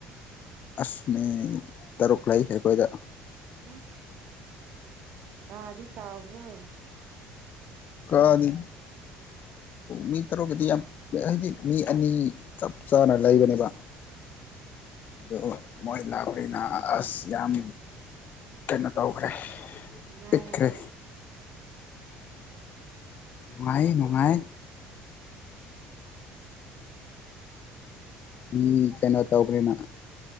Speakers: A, on the left (about 50°); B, on the right (about 55°).
A: ꯑꯁꯃꯤ ꯇꯔꯨꯛ ꯂꯩ ꯑꯩꯈꯣꯏꯗ
B: ꯑ ꯀꯥꯗꯤ ꯆꯥꯎꯥꯎꯕ꯭ꯔꯣ
A: ꯈꯗꯤ ꯃꯤ ꯇꯔꯨꯛꯀꯗꯤ ꯌꯥꯝ ꯍꯧꯖꯤꯛ ꯃꯤ ꯑꯅꯤ ꯆꯞ ꯆꯥꯅ ꯂꯩꯕꯅꯦꯕ ꯑꯗꯨ ꯃꯣꯏ ꯂꯥꯛꯄꯅꯤꯅ ꯑꯁ ꯌꯥꯝ ꯀꯩꯅꯣ ꯇꯧꯈ꯭ꯔꯦ
B: ꯅꯨꯡꯉꯥꯏꯔꯝꯅꯤ
A: ꯄꯤꯛꯈ꯭ꯔꯦ ꯅꯨꯡꯉꯥꯏ ꯅꯨꯡꯉꯥꯏ ꯃꯤ ꯀꯩꯅꯣ ꯇꯧꯕ꯭ꯔꯦꯅ